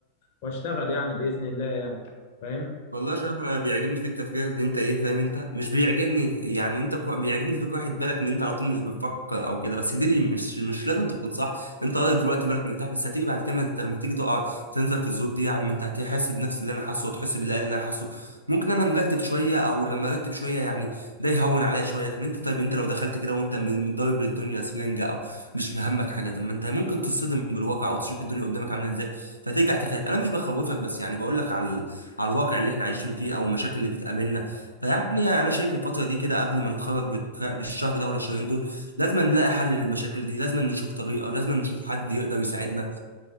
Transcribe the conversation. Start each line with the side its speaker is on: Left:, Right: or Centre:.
Left: واشتغل يعني باذن الله يعني فاهم
Right: والله يا شرف انا بيعجبني فيك تفكيرك ان انت ايه فاهم انت مش بيعجبني يعني انت كو... بيعجبني فيك واحد بالك ان انت على طول مش بتفكر او كده بس دي مش مش لازم تكون صح انت راجل دلوقتي بالك مرتاح بس هتيجي بعد كده انت لما تيجي تقع تنزل في الذنوب دي يعني ما انت هتحس بنفس اللي انا حاسه وتحس بالله اللي انا حاسه ممكن انا مرتب شويه او لما ارتب شويه يعني ده يهون عليا شويه ان انت طيب انت لو دخلت كده وانت من- متضارب للدنيا سرنجه او مش مهمك حاجه طب ما انت ممكن تصطدم بالواقع او تشوف الدنيا قدامك عامله ازاي فترجع تخاف انا مش بخوفك بس يعني بقول لك على على الواقع اللي احنا عايشين فيه او المشاكل اللي بتقابلنا فيعني انا شايف الفتره دي كده قبل ما نتخرج بالك- بالشهر ده ولا الشهرين دول لازم نلاقي حل للمشاكل دي لازم نشوف طريقه لازم نشوف حد يقدر يساعدنا